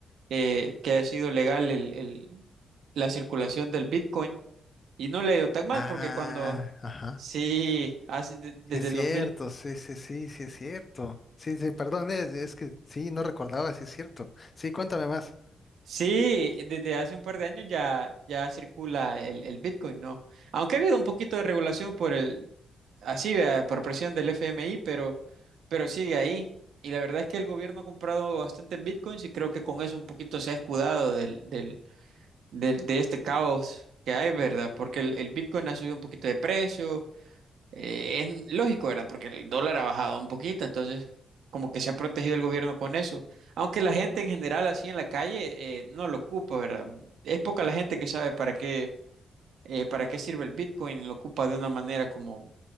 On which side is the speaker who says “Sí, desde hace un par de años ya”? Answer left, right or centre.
Right